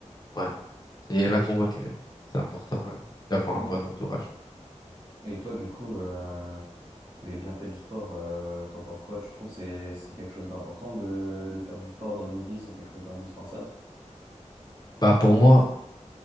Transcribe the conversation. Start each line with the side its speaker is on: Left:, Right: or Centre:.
Left: Ouais. C'est là qu'on voit que c'est important euh, d'avoir
Right: Mm.
Left: un bon entourage.
Right: Et toi, du coup, euh, les bienfaits du sport, euh, t'en penses quoi? Tu trouves que c'est c'est quelque chose d'important de de faire du sport dans une vie, c'est quelque chose d'indispensable?
Left: Bah pour moi,